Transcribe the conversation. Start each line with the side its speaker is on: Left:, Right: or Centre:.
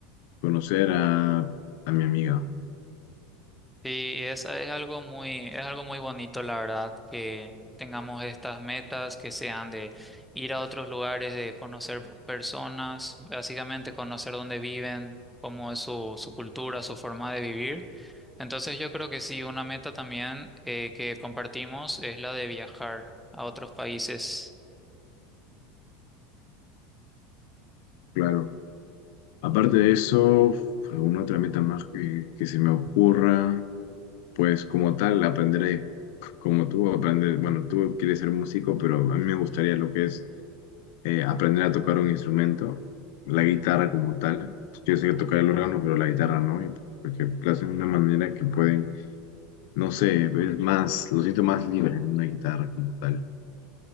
Left: conocer a, a mi amiga,
Centre: Sí, y es, es algo muy, es algo muy bonito, la verdad, que tengamos estas metas que sean de ir a otros lugares, de conocer personas, básicamente conocer dónde viven, cómo es su, su cultura, su forma de vivir. Entonces yo creo que sí, una meta también eh, que compartimos es la de viajar a otros países.
Left: claro. Aparte de eso, alguna otra meta más que, que se me ocurra. Pues como tal, aprenderé, c- como tú, aprender, bueno, tú quieres ser músico, pero a mí me gustaría lo que es eh, aprender a tocar un instrumento, la guitarra como tal. Yo sé tocar el órgano, pero la guitarra no, y porque lo hacen de una manera que pueden, no sé, es más, lo siento más libre en una guitarra como tal.